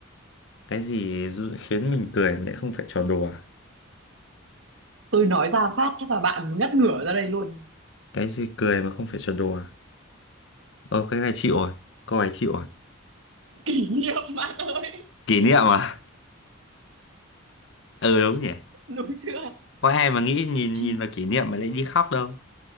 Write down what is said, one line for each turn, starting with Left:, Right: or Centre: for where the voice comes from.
Left: cái gì dụ- khiến mình cười mà lại không phải trò đùa
Right: tôi nói ra phát chắc là bạn ngất ngửa ra đây luôn
Left: cái gì cười mà không phải trò đùa ờ cái này chịu rồi câu này chịu rồi
Right: kỷ niệm <laughs> bạn ơi
Left: kỷ niệm à ừ đúng nhỉ
Right: đúng chưa
Left: có ai mà nghĩ nhìn
Right: Chi-
Left: nhìn vào kỷ niệm mà lại đi khóc đâu